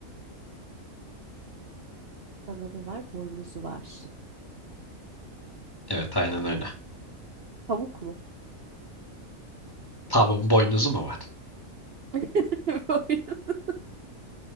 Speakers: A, on the right; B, on the left.
A: Kanadı var. Boynuzu var.
B: Evet aynen öyle.
A: Pamuk mu?
B: Tavuğun boynuzu mu var?
A: <laughs> Boynuz.